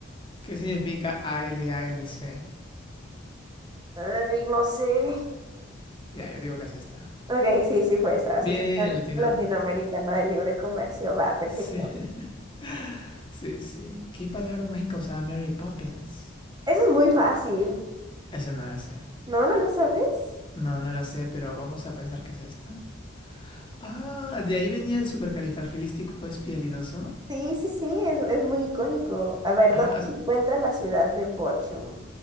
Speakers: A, on the left; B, on the right.
A: ¿qué significa A A L A L C?
B: Ay, no sé.
A: Ya, yo digo que es esta.
B: Ok, sí, sí fue esa. Asociación
A: Bien, latinamos.
B: Latinoamericana de Libre Comercio. Va, perfecto.
A: Sí, <laughs> sí, sí. ¿Qué palabra mágica usaba Mary Poppins?
B: Eso es muy fácil.
A: Esa no la sé.
B: ¿No? ¿No lo sabes?
A: No, no la sé, pero vamos a pensar que es esta. Ah, de ahí venía el supercalifragilístico espialidoso.
B: Sí, sí, sí, es, es muy icónico. A ver,
A: Ah,
B: ¿dónde
A: as-
B: se encuentra la ciudad de Bochum?